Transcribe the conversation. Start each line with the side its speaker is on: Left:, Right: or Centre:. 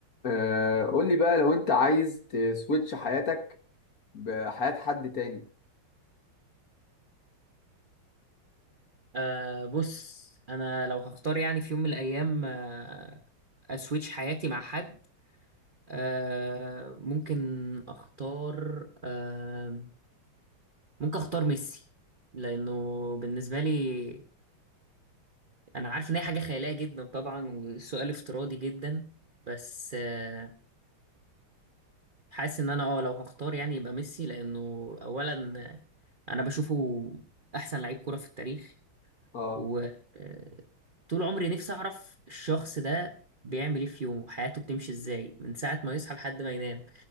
Left: آه قول لي بقى لو انت عايز تسويتش حياتك بحياة حد تاني
Right: أه بص انا لو هختار يعني في يوم من الايام أه اسويتش حياتي مع حد أه ممكن اختار أه ممكن اختار ميسي لانه بالنسبه لي انا عارف ان هي حاجه خياليه جدا طبعا وسؤال افتراضي جدا بس أه حاسس ان انا اه لو هختار يعني يبقى ميسي لانه اولا آه، انا بشوفه احسن لعيب كره في التاريخ
Left: اه
Right: و آه، طول عمري نفسي اعرف الشخص ده بيعمل ايه في يومه حياته بتمشي ازاي من ساعة ما يصحى لحد ما ينام